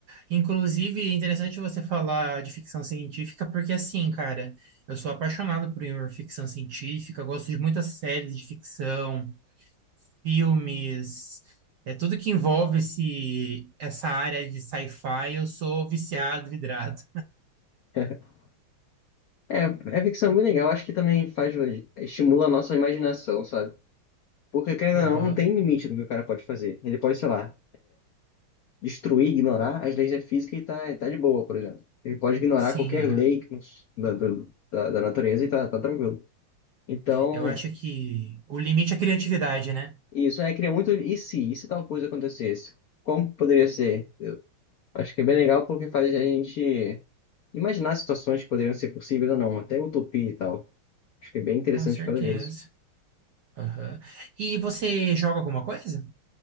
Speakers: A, on the right (about 75°); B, on the left (about 75°).
A: Inclusive, é interessante você falar de ficção científica, porque assim, cara, eu sou apaixonado por ficção científica, gosto de muitas séries de ficção, filmes, é tudo que envolve esse, essa área de sci-fi, eu sou viciado, vidrado.
B: <laughs> É, é ficção bem legal. Acho que também faz estimula a nossa imaginação, sabe? Porque, querendo
A: Aham.
B: ou não, não tem limite do que o cara pode fazer. Ele pode, sei lá, destruir, ignorar as leis da física e tá, tá de boa, por exemplo. Ele pode ignorar
A: Sim,
B: qualquer
A: aham.
B: lei que nos- da, da, da- da natureza e tá, tá tranquilo. Então,
A: Eu acho que o limite é a criatividade, né?
B: isso é, cria muito e se, e se tal coisa acontecesse? Como poderia ser? Acho que é bem legal porque faz a gente imaginar situações que poderiam ser possíveis ou não, até utopia e tal. Acho que é bem interessante
A: Com certeza.
B: por causa disso.
A: Aham. E você joga alguma coisa?